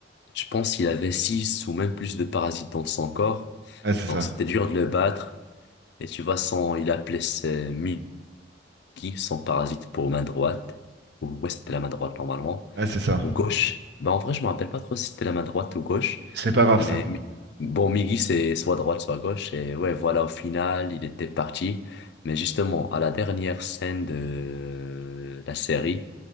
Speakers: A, on the left (about 65°); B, on the right (about 60°).
A: je pense qu'il avait six ou même plus de parasites dans son corps.
B: ouais, c'est ça.
A: Donc c'était dur de le battre. Et tu vois, son, il appelait ses Migi, son parasite pour main droite, ou ouais, c'était la main droite normalement.
B: Ouais, c'est ça.
A: Ou gauche. Bah, en vrai, je me rappelle pas trop si c'était la main droite ou gauche.
B: C'est pas grave,
A: Mais
B: ça.
A: Mi- bon, Miggy, c'est soit droite, soit gauche. Et ouais, voilà, au final, il était parti. Mais justement, à la dernière scène de la série,